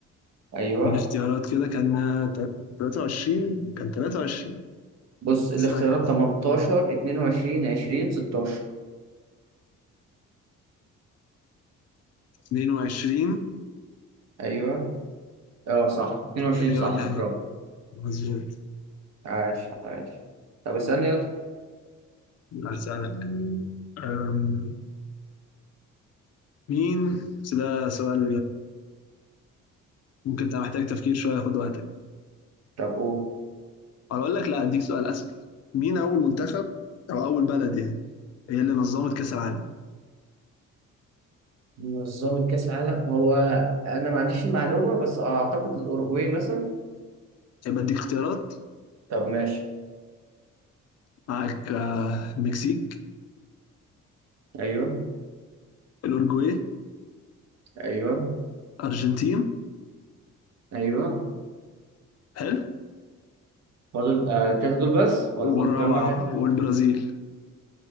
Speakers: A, on the right; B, on the left.
A: أيوه
B: من اختيارات كده كان تا- 23 كان 23
A: بص
B: استنى
A: الاختيارات 18 22 20 16
B: 22
A: أيوه اه صح 22
B: الرياض
A: صح
B: الأهلي
A: برافو
B: مظبوط
A: عاش عاش طب اسألني يلا
B: هسألك أم، مين بس ده سؤال ممكن تبقى محتاج تفكير شوية خد وقتك
A: طب قول
B: أو أقول لك لا أديك سؤال أسهل مين أول منتخب أو أول بلد يعني هي اللي نظمت كأس العالم
A: منظمة كأس العالم هو أنا ما عنديش المعلومة بس أعتقد الأوروجواي مثلا
B: يبقى أديك اختيارات
A: طب ماشي
B: معاك آه، المكسيك
A: أيوه
B: الأورجواي
A: أيوه
B: أرجنتين
A: أيوه
B: حلو
A: فاضل آه، التلاتة دول بس ولا
B: والرابعة
A: فاضل كمان واحد
B: والبرازيل